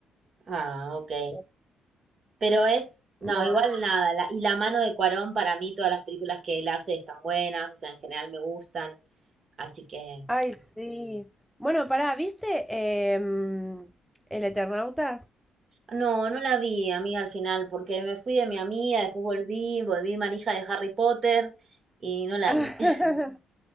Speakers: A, on the right; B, in the centre.
A: Ah, ok.
B: Sí.
A: Pero es, no,
B: No.
A: igual nada. la- y la mano de Cuarón, para mí, todas las películas que él hace están buenas, o sea, en general me gustan. Así que,
B: Ay, sí. Bueno, pará, ¿viste em, El Eternauta?
A: no, no la vi, amiga, al final, porque me fui de mi amiga, después volví, volví manija de Harry Potter y no la
B: <laughs>
A: vi. <laughs>